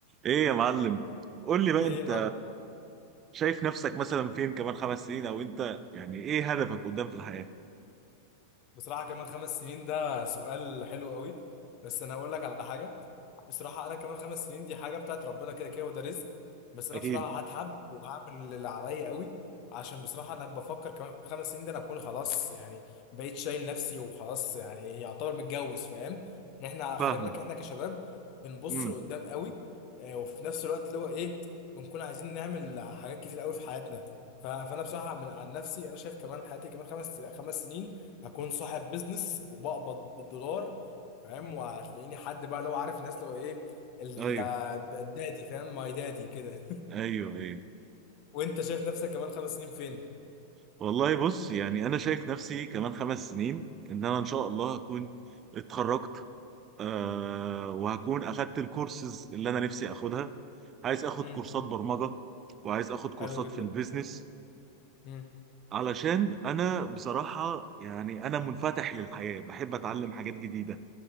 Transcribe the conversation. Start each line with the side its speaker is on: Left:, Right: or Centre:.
Right: ايه يا معلم قول لي بقى
Left: ايه
Right: انت
Left: يا معلم
Right: شايف نفسك مثلا فين كمان خمس سنين او انت يعني ايه هدفك قدام في الحياة
Left: بصراحة كمان خمس سنين ده سؤال حلو قوي بس أنا هقول لك على حاجة بصراحة أنا كمان خمس سنين دي حاجة بتاعت ربنا كده كده وده رزق بس أنا
Right: اكيد
Left: بصراحة هتعب وهعمل اللي عليا قوي عشان بصراحة أنا بفكر كمان خمس سنين ده أنا أكون خلاص يعني بقيت شايل نفسي وخلاص يعني يعتبر متجوز فاهم إن إحنا
Right: فاهمك
Left: خلي بالك إحنا كشباب بنبص
Right: امم
Left: لقدام قوي آه، وفي نفس الوقت اللي هو إيه بنكون عايزين نعمل حاجات كتير قوي في حياتنا ف- فأنا بصراحة من عن نفسي أنا شايف كمان حياتي كمان خمس خمس سنين هكون صاحب بيزنس وبقبض بالدولار فاهم وهتلاقيني حد بقى لو عارف الناس لو ايه ال-
Right: ايوه
Left: الدادي فاهم ماي دادي كده
Right: ايوه ايوه
Left: <laughs> وانت شايف نفسك كمان خمس سنين فين
Right: والله بص يعني انا شايف نفسي كمان خمس سنين ان انا ان شاء الله هكون اتخرجت آه وهكون اخدت الكورسز اللي انا نفسي اخدها عايز اخد
Left: مم.
Right: كورسات برمجة وعايز اخد كورسات
Left: حلو جدا
Right: في البيزنس
Left: مم.
Right: علشان انا بصراحة يعني انا منفتح للحياة بحب اتعلم حاجات جديدة